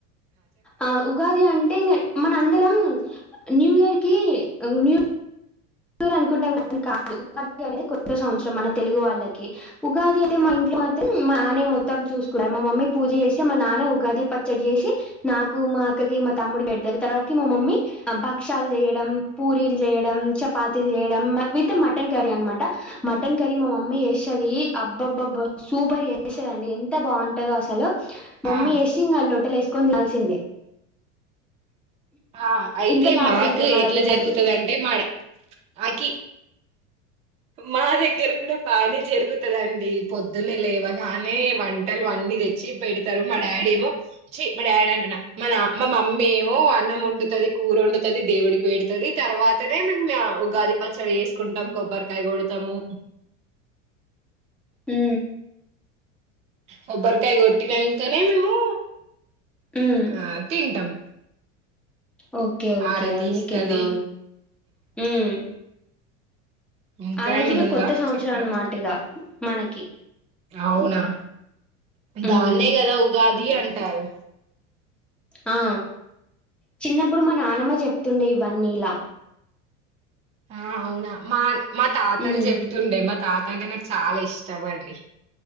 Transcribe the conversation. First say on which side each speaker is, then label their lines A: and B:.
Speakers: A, in the centre; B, on the right (about 20°).
A: ఆ ఉగాది అంటే ఇ మనందరం న్యూ ఇయర్ కి న్యూ అనుకుంటాం కానీ కాదు ఉగాది అనేది కొత్త సంవత్సరం మన తెలుగు వాళ్ళకి ఉగాది అయితే మా ఇంట్లో మొత్తం మా నాన్న మొత్తం చూసుకునేది మా మమ్మీ పూజ చేసి మా నాన్న ఉగాది పచ్చడి చేసి నాకు మా అక్కకి మా తమ్ముడు పెడతారు తర్వాత మా మమ్మీ ఆ భక్షాలు చేయడం పూరీలు చేయడం చపా తీ చేయడం మటన్ కర్రీ అనమాట మటన్ కర్రీ మా మమ్మీ చేస్తది అబ్బబ్బ సూ ఊపర్ చేపిస్తదండి ఎంత బాగుంటదో అసలు మమ్మీ
B: ఆ
A: చేసి ఇంగ లొట్టలు ఏసుకొని తినాల్సిందే
B: ఆ అయితే
A: ఇంత బాగా
B: మాకు
A: జరుగుతుంది మా
B: ఎట్లా
A: దగ్గర
B: జరుగుతది
A: అది
B: అంటే మాడ మాకి మా దగ్గర కూడా బానే జరుగుతదండి పొద్దున్న లేవగా నే వంటలు అన్నీ తెచ్చి పెడతారు మా డాడీ ఏమో చీ మా డాడీ అంటున్నా మన మా మమ్మీ ఏమో అన్నం వండుతది కూర వండుతది దేవుడికి పెడుతది తర్వాతనే మేము ఉగాది పచ్చడి చేసుకుంటం కొబ్బరి కొబ్బరి కాయ కొడతము
A: మ్
B: కొబ్బరికాయ కొట్టినాంకనే మేము
A: హ్మ్.
B: ఆ తింటాం
A: ఓకే ఓకే
B: హారతి
A: అందుకేనా
B: ఇస్తది
A: మ్
B: ఇంకా
A: ఆ రోజు
B: ఏమన్నా
A: ఇగ
B: ఉందా
A: కొత్త సంవత్సరం
B: చెప్పడం
A: అనమాట ఇగ మనకి
B: అవునా
A: హ్మ్.
B: దాన్నే కదా ఉగాది అంటారు
A: ఆ చిన్నప్పుడు మా నానమ్మ చెప్తుండే ఇవన్నీ ఇలా
B: ఆ అవునా మా మా తాతలు
A: హ్మ్.
B: చెప్తుండే మా తాత అంటే నాకు చాలా ఇష్టమండి